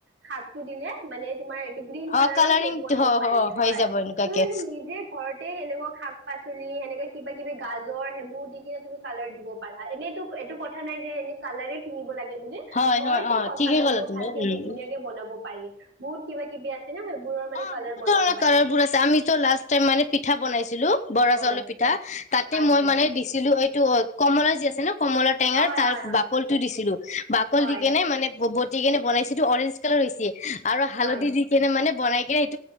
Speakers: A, on the right; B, on the left.
A: শাক টো দিলে মানে তোমাৰ এইটো গ্ৰীণ কালাৰৰ
B: অ', কালাৰিং
A: কেক বনাব
B: অ',
A: পাৰি
B: অ
A: হয়
B: হৈ যাব এনেকুৱাকে
A: তুমি মানে নিজে ঘৰত। তে সেনেকুৱা শাক পাচলি সেনেকা কিবা কিবি গাজৰ সেইবোৰ দি কিনে তুমি কালাৰ দিব পাৰা এনেটো এইটো কথা নাই যে এনে তুমি কালাৰ কিনিব লাগে। ব
B: হয়,
A: ঘৰতে
B: হয়, অ', ঠিকে
A: কালাৰ
B: ক'লা
A: বোৰ
B: তুমি
A: ভালকে
B: উম।
A: ধুনীয়াকে বনাব। পাৰি বহুত কিবা কিবি আছে। ন সেইবোৰৰ মানে
B: অঁ
A: কালাৰ
B: বহুত
A: বনাব
B: ধৰণৰ
A: পাৰি
B: কালাৰ বোৰ আছে আমিতো লাষ্ট টাইম মানে পিঠা বনাইছিলো বৰা
A: হয়
B: চাউলৰ পিঠা। তাতে
A: আচ্ছা
B: মই মানে দিছিলোঁ এ। টো হয় কমলা যি আছে ন। কমলাৰ টেঙাৰ
A: হয়
B: তাৰ
A: হয় হয়
B: বাকল টো দিছিলো বাকল
A: হয়
B: দি কেনে মানে। দিকেনে বনাইছিলো অৰেঞ্জ কালাৰ হৈছে। আৰু হালধি
A: হয়,
B: দি কেনে মানে। বনাই <inaudible>